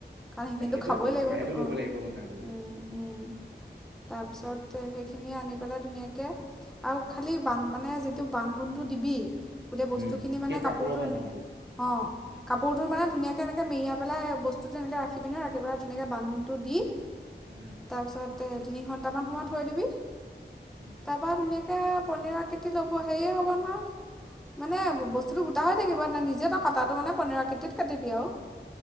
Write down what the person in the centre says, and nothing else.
কাৰণ সেইখিনিটো
বয়ে
লাগিব ন, অ',
তাৰপিছত
সেইখিনি আনি পেলাই ধুনীয়াকে, আৰু খালি মানে যিটো বান্ধোনতটো দিবি। গোটেই বস্তু
খিনি মানে,
কাপোৰটো,
এনেকে, অ কাপোৰটো
মানে ধুনীয়াকে এনেকে মেৰিয়া পেলাই বস্তুযে এনেক ৰাখিবি নহয় বাৰে ধুনিয়াকে বান্ধোনটো দি
তাৰপিছত তাতে তিনি ঘন্টামান সময়ত থৈ দিবি।
তাৰপৰা তুমি তাকে পনীৰ আকৃতি ল'ব, হেৰিয়ে হ'ব নহয়, মানে, বস্তুটো গোটা হৈ থাকিব। নিজেত কটাটো মানে পনীৰ আকৃতিত কাটিবি আৰু।